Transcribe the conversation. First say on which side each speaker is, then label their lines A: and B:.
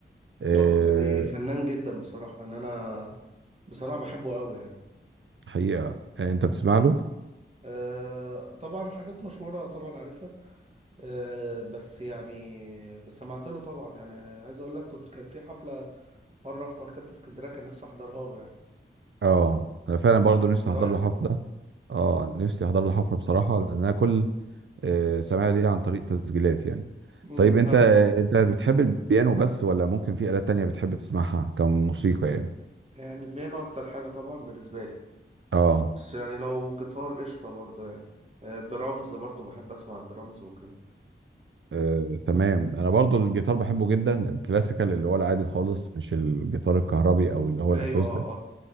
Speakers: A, on the right (about 70°); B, on the right (about 35°).
A: آه،
B: هو يعني فنان جدا بصراحة ان انا بصراحة بحبه قوي يعني
A: حقيقة آه، انت بتسمع له
B: أه طبعا حاجات مشهورة طبعا عارفها أه بس يعني بس سمعت له طبعا يعني عايز اقول لك كنت كان في حفلة مرة في مكتبة اسكندرية كان نفسي احضرها له يعني
A: اه انا فعلا برضو نفسي
B: قريب
A: احضر له حفلة اه نفسي احضر له حفلة بصراحة لان انا كل آه، سماع ليه عن طريق تسجيلات يعني
B: م-
A: طيب
B: م.
A: انت
B: ف-
A: انت بتحب البيانو بس ولا ممكن في آلات تانية بتحب تسمعها كموسيقى يعني
B: يعني بيانو اكتر حاجة طبعا بالنسبة لي
A: اه
B: بس يعني لو جيتار قشطة برضه يعني آه، درامز برضه بحب اسمع الدرامز وكده
A: آه، تمام انا برضو الجيتار بحبه جدا الكلاسيكال اللي هو العادي خالص مش الجيتار الكهربي او اللي هو الاكوستيك
B: ايوه اه اه